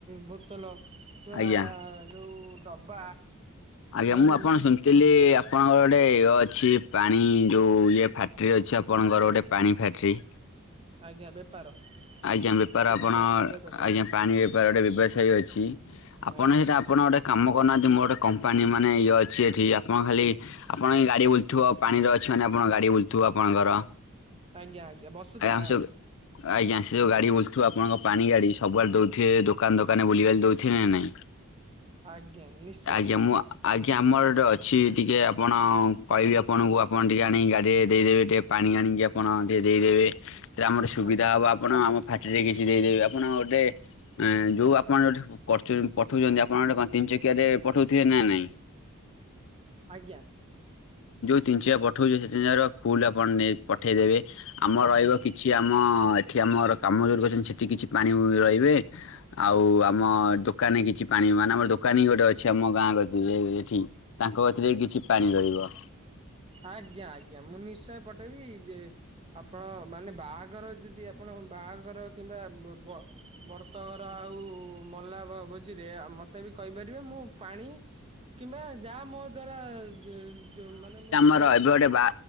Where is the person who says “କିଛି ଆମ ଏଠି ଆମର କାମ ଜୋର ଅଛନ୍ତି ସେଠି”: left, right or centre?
Left